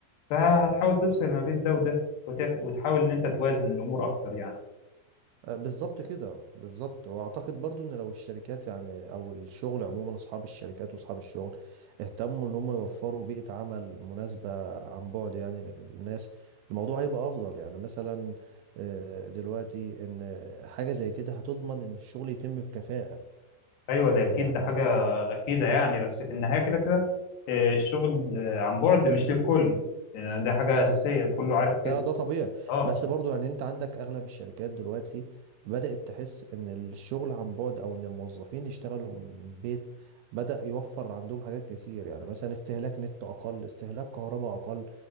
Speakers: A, on the left; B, on the right.
A: فهتحاول تفصل ما بين ده وده وتح- وتحاول ان انت توازن الامور اكتر يعني
B: آه، بالظبط كده بالظبط واعتقد برضو ان لو الشركات يعني او الشغل عموما اصحاب الشركات واصحاب الشغل اهتموا ان هم يوفروا بيئة عمل مناسبة عن بعد يعني للناس الموضوع هيبقى افضل يعني مثلا آه، دلوقتي ان حاجة زي كده هتضمن ان الشغل يتم بكفاءة
A: ايوه ده اكيد
B: يعني
A: ده حاجة اكيدة يعني بس في النهاية كده كده آه، الشغل آه، عن بعد مش للكل آه، ده حاجة اساسية كله عارف كده
B: ده ده طبيعي
A: اه
B: بس برضو يعني انت عندك اغلب الشركات دلوقتي بدأت تحس ان الشغل عن بعد او ان الموظفين يشتغلوا من البيت بدأ يوفر عندهم حاجات كتير يعني مثلا استهلاك نت اقل استهلاك كهرباء اقل